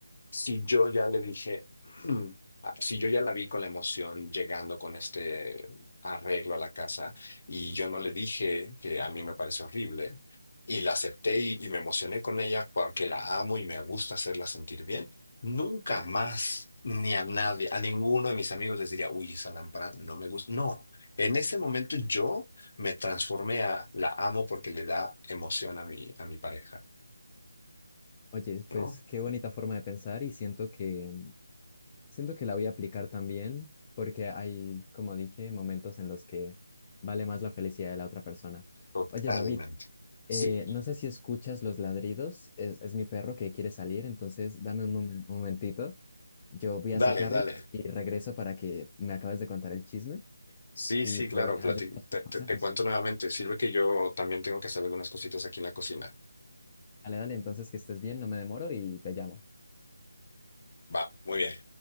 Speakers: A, on the left; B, on the left.
A: si yo ya le dije, "Mm", ah, si yo ya la vi con la emoción llegando con este arreglo a la casa y yo no le dije que a mí me parece horrible y la acepté y, y me emocioné con ella porque la amo y me gusta hacerla sentir bien, nunca más ni a nadie, a ninguno de mis amigos les diría, uy, esa lámpara no me gusta. No. En ese momento yo me transformé a la amo porque le da emoción a mi, a mi pareja,
B: Oye,
A: ¿no?
B: pues qué bonita forma de pensar y siento que siento que la voy a aplicar también porque hay, como dije, momentos en los que vale más la felicidad de la otra persona.
A: Totalmente.
B: Oye, David,
A: sí.
B: Eh, no sé si escuchas los ladridos, es, es mi perro que quiere salir, entonces dame un momen- un momentito, yo voy a sacarlo
A: Dale, dale.
B: y regreso para que me acabes de contar el chisme
A: Sí,
B: y
A: sí,
B: poder
A: claro, plati-
B: ayudar
A: te,
B: con
A: te-
B: consejos.
A: te cuento nuevamente. Sirve que yo también tengo que hacer algunas cositas aquí en la cocina.
B: Dale, dale, entonces que estés bien, no me demoro y te llamo.
A: Va, muy bien.